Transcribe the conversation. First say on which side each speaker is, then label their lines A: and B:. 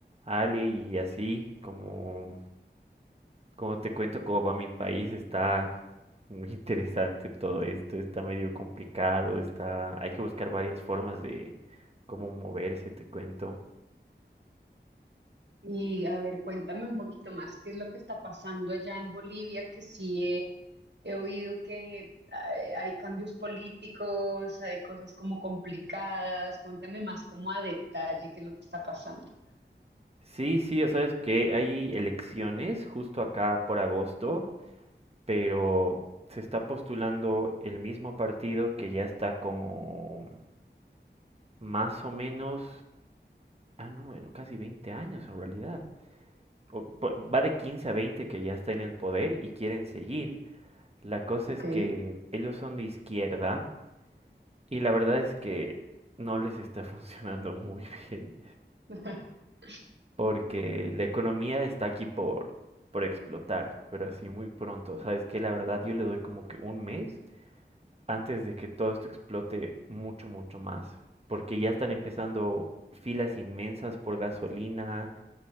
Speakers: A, on the right (about 35°); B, on the right (about 70°).
A: Ale y así, como, como te cuento, cómo va mi país, está muy <laughs> interesante todo esto, está medio complicado, está, hay que buscar varias formas de cómo moverse, te cuento.
B: Y a ver, cuéntame un poquito más, ¿qué es lo que está pasando allá en Bolivia? Que sí he, he oído que hay, hay cambios políticos, hay cosas como complicadas. Cuéntame más como a detalle qué es lo que está pasando.
A: Sí, sí, o sabes que hay elecciones justo acá por agosto, pero se está postulando el mismo partido que ya está como más o menos, ah, no, bueno, casi 20 años en realidad. o va de 15 a 20 que ya está en el poder y quieren seguir. La cosa
B: Ok.
A: es que ellos son de izquierda y la verdad es que no les está <laughs> funcionando muy bien
B: <laughs>
A: porque la economía está aquí por, por explotar, pero así muy pronto. Sabes que la verdad yo le doy como que un mes antes de que todo esto explote mucho, mucho más, porque ya están empezando filas inmensas por gasolina.